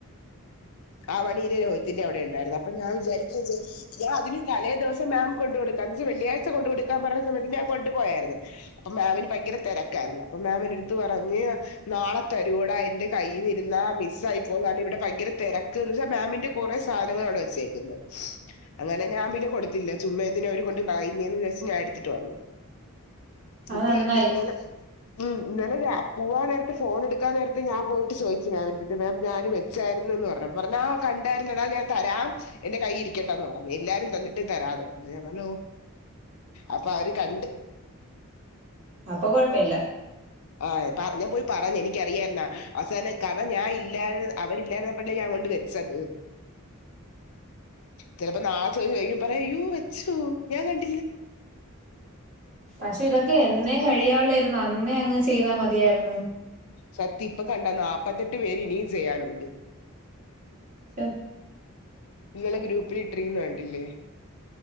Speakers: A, on the left; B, on the right.
A: ആവണിരെ രോഹിത്തിന്റെ അവിടെ ഉണ്ടായിരുന്നു അപ്പൊ ഞാൻ വിചാരിക്കും ചെ ഞാൻ അതിന് തലേ ദിവസം മാം കൊണ്ടുകൊടുക്കാംന്ന് ഞ്ച് വെള്ളിയാഴ്ച കൊണ്ടുകൊടുക്കാൻ പറഞ്ഞ സമയത്ത് ഞാൻ കൊണ്ടുപോയായിരുന്ന് അപ്പ മാമിന് ഭയങ്കര തെരക്കായിരുന്നു. അപ്പ മാം എന്റെടുത്ത് പറഞ്ഞ് നാളെ തരൂട എന്റെ കയ്യിൽരുന്നാ മിസ് ആയി പോകുന്നതാണ് ഇവിടെ ഭയങ്കര തിരക്ക് എന്ന് വച്ചാ മാമിന്റെ കെറെ സാനങ്ങളവിടെ വെ ച്ചേക്കുന്നേ അങ്ങനെ ഞാൻ പിന്നെ കൊടുത്തില്ല. ചുമ്മാ എന്തിനാ അവര് കൊണ്ട് കളയുന്നേന്ന്‌ വിചാരിച്ച് ഞാൻ എടുത്തിട്ട് വന്നു.
B: അത്
A: ന്ന്ട്ട്
B: നന്നായി
A: ഇന്നലെ ഉം ഇന്നലെ പൂവാൻ നേരത്തെ ഫോൺ എടുക്കാൻ നേരത്തെ ഞാൻ പോയിട്ട് ചോദിച്ചു മാം ന്റെട്ത്ത് മാം ഞാൻ വെ ചാരുന്നു എന്ന് പറഞ്ഞു പറഞ്ഞാ കണ്ടായിരുന്നടാ ഞാൻ തരാം. എന്റെ കൈ ഇരിക്കട്ടാ എന്ന് പറഞ്ഞ് എല്ലാരും തന്നിട്ട് തരാന്ന് പറഞ്ഞു ഞാൻ പറഞ്ഞു ഒ അപ്പൊ അവര് കണ്ട്
B: അപ്പൊ കൊഴപ്പില്ല
A: ആഹ് പ ഞാൻ പോയി പറഞ്ഞു എനിക്കറിയാരുന്നാ അവസാനം കാരണം ഞാൻ ഇല്ലായ് അവരില്ലായിരുന്നപ്പന്നേ ഞാൻ കൊണ്ടുവെ സത്
B: <inaudible>
A: ചിലപ്പോ നാളെ ചോദ്യം ചോദിക്കുമ്പം പറയു യ്യോ വെച്ചോ ഞാൻ ക
B: പക്ഷെ ഇതൊക്കെ എന്നെ കഴിയുള്ളായിരുന്നു അന്നേ അങ്ങ് ചെയ്താ മതിയായിരുന്നു
A: സത്യ ഇപ്പ കണ്ടാ നാപ്പത്തെട്ട് പേര് ഇനിയും ചെയ്യാനുണ്ട്
B: <unintelligible>
A: നിങ്ങളെ ഗ്രൂപ്പിൽ ഇട്ടിരിക്കുന്നെ കണ്ടില്ലേ